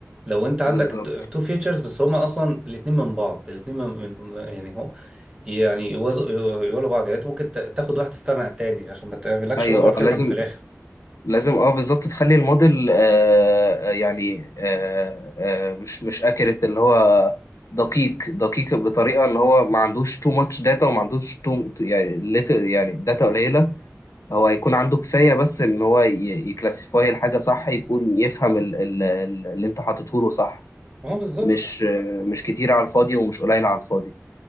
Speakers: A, on the right; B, on the left.
A: لو انت عندك
B: بالظبط
A: تو فيتشرز بس هما اصلا الاتنين من بعض الاتنين من من- يعني هو يعني يوازوا يو- يوالوا بعض يعني انت ممكن تا- تاخد واحد وتستغنى عن التاني عشان ما تعملكش
B: ايوه
A: اوفر
B: اه
A: فيتنج
B: لازم
A: في الاخر
B: لازم اه بالظبط تخلي الموديل آه آه، يعني آه آه مش مش اكيرت اللي هو دقيق دقيق بطريقة ان هو ما عندوش تو ماتش داتا وما عندوش تو يعني little- يعني داتا قليلة هو يكون عنده كفاية بس إن هو ي- يكلاسيفاي الحاجة صح يكون يفهم ال- ال- ال- اللي أنت حاطته له صح
A: اه بالظبط
B: مش مش كتير على الفاضي ومش قليل على الفاضي